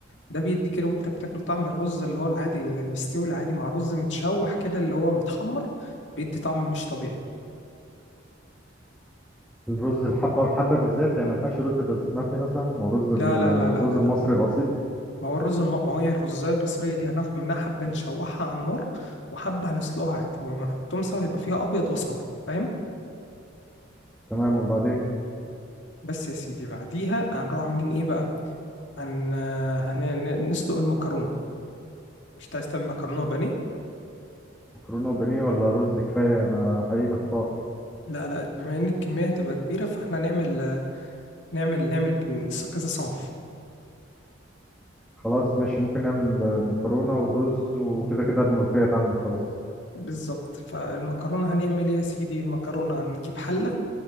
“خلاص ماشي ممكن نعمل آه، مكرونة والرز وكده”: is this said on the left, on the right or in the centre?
Centre